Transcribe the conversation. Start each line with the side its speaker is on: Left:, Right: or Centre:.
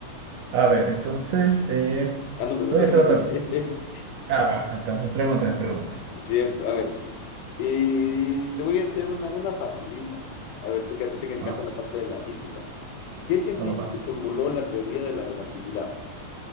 Right: A ver, entonces, eh,
Left: Ah, no, pues
Right: te
Left: me toca
Right: voy a hacer
Left: a mí
Right: otra.
Left: más bien.
Right: pre-
Left: <laughs>
Right: Ah, va. Entonces, pregúntame, pregunta.
Left: Cierto, a ver. Y te voy a hacer una, una facilita. A ver, tú que a ti te que te
Right: Va,
Left: encanta la parte de la física. ¿Qué científico
Right: va, va. va.
Left: formuló la teoría de la relatividad?